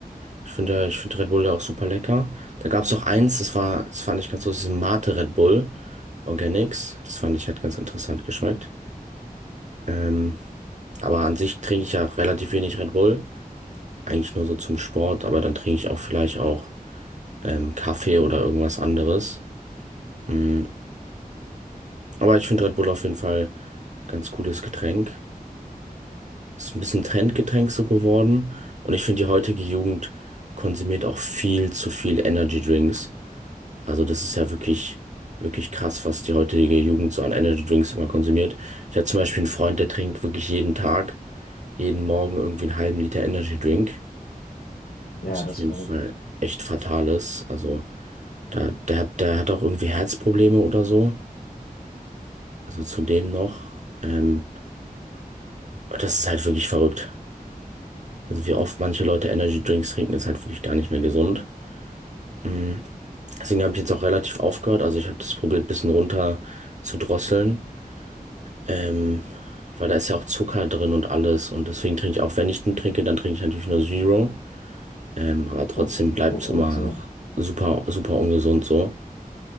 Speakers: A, on the right (about 50°); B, on the left (about 85°).
A: Ich finde, ich finde Red Bull ja auch super lecker. Da gab's auch eins, das war, das fand ich ganz lustig, diesen Mate Red Bull Organics. Das fand ich, hat ganz interessant geschmeckt. Ähm, aber an sich trinke ich ja relativ wenig Red Bull. eigentlich nur so zum Sport, aber dann trinke ich auch vielleicht auch ähm, Kaffee oder irgendwas anderes. Mm, Aber ich finde Red Bull auf jeden Fall ein ganz cooles Getränk. Ist ein bisschen Trendgetränk so geworden. Und ich finde, die heutige Jugend konsumiert auch viel zu viel Energy Drinks. Also das ist ja wirklich, wirklich krass, was die heutige Jugend so an Energy Drinks immer konsumiert. Ich habe zum Beispiel einen Freund, der trinkt wirklich jeden Tag, jeden Morgen irgendwie einen halben Liter Energy Drink,
B: Ja,
A: was
B: das
A: auf jeden
B: war,
A: Fall echt fatal ist. Also Da, der, hat- der hat auch irgendwie Herzprobleme oder so. Also zudem noch. Ähm, das ist halt wirklich verrückt. Also wie oft manche Leute Energy Drinks trinken, ist halt wirklich gar nicht mehr gesund. Mm. Deswegen habe ich jetzt auch relativ aufgehört. Also ich habe das probiert, ein bisschen runter zu drosseln. Ähm, weil da ist ja auch Zucker drin und alles. Und deswegen trinke ich auch, wenn ich einen trinke, dann trinke ich natürlich nur Zero. Ähm, aber
B: ich
A: trotzdem bleibt
B: find
A: es
B: eigentlich
A: immer
B: so.
A: noch super, super ungesund so.